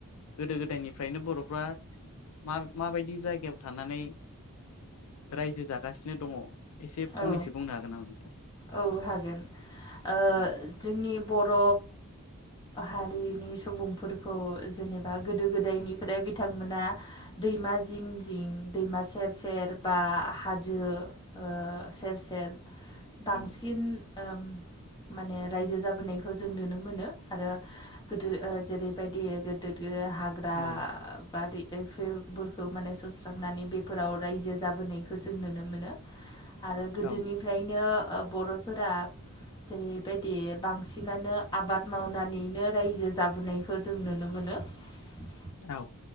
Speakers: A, on the left; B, on the left.
A: गोदो गोदायनिफ्रायनो बर'फ्रा मा माबायदि जायगायाव थानानै रायजो जागासिनो दङ एसे फंनैसो
B: औ
A: बुंनो हागोन नामा नोंथां?
B: औ हागोन ओ
A: औ
B: जोंनि बर' हारि उन्दैनि सुबुंफोरखौ जेनेबा गोदो गोदायनिफ्राय बिथांमोना दैमा जिं जिं दैमा सेर सेर बा हाजो ओ सेर सेर बांसिन
A: औ
B: ओम माने रायजो जाबोनायखौ जों नुनो मोनो आरो गोदो जेरैबायदि गोदो गोदोआ हाग्रा
A: औ
B: बारि जेफोरफोरखौ माने सुस्रांनानै बेफोराव रायजो जाबोनायखौ जों नुनो मोनो। आरो गोदोनिफ्रायनो
A: औ
B: ओ बर'फोरा जेरैबायदि बांसिनानो आबाद मावनानैनो रायजो जाबोनायखौ जों नुनो मोनो। मोनो
A: औ